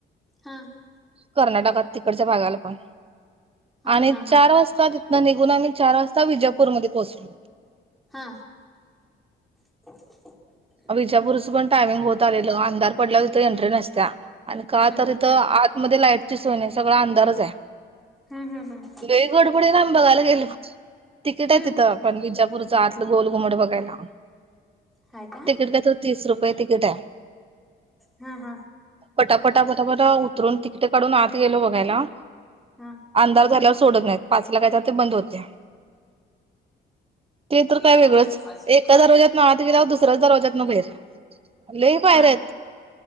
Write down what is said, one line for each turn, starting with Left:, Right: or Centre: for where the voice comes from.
Centre: <inaudible>
Right: कर्नाटकात तिकडच्या भागाला पण
Centre: हा
Right: आणि
Centre: हा हा
Right: चार वाजता तिथन निघून आम्ही चार वाजता विजापूरमध्ये पोहचलो.
Centre: हा! <inaudible>
Right: विजापूरचं पण टायमिंग होत आलेलं अंधार पडल्यावर तीथे एंट्री नसत्या आणि का
Centre: हम्म
Right: तरी त आतमध्ये लाईटची सोय नाहीं सगळं अंधारच आहे.
Centre: हम्म हम्म हम्म
Right: लई गडबडीत आम्ही बघायला गेलो, तिकीट
Centre: हम्म
Right: आहे तिथं. पण विजापूरच, आतलं गोलघुमट बघायला.
Centre: हाय का!
Right: त्याच तीस रुपये तिकिट हाय.
Centre: हा हा
Right: पटा पटा पट पटा उतरून तिकटं काढून आत गेलो बघायला
Centre: हा हा
Right: आंधार झाल्यावर सोडत नाहीत, पाचला काय तर ते बंद होत्यां. ते तर
Centre: हा
Right: काय वेगळंच,
Centre: हा
Right: एका
Centre: हा
Right: दरवाजातन आत गेल्यावर दुसऱ्याच दरवाजातन बहेर लयी पायऱ्या
Centre: हा
Right: हेत.